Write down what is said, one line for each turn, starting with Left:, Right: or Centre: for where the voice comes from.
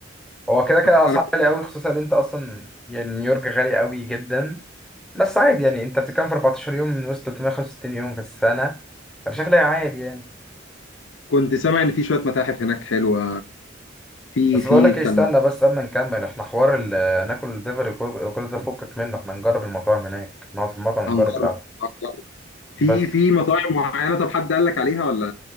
Centre: هو كده كده اسعار
Left: انا
Centre: غاليه قوي خصوصا ان انت اصلا يعني نيويورك غالي قوي جدا بس عادي يعني انت بتتكلم في 14 يوم من وسط 365 يوم في السنة انا شايف لا عادي يعني
Left: كنت سامع ان في شويه متاحف هناك حلوه في
Centre: بس
Left: في
Centre: بقول لك
Left: كان
Centre: ايه استنى بس قبل ما نكمل احنا حوار ال- ناكل الدليفري كل كل ده فكك منه احنا نجرب المطاعم هناك نقعد في المطعم ونجرب
Left: هنجرب
Centre: القعدة
Left: هنجرب في
Centre: بس
Left: في مطاعم معينه طب حد قال لك عليها ولا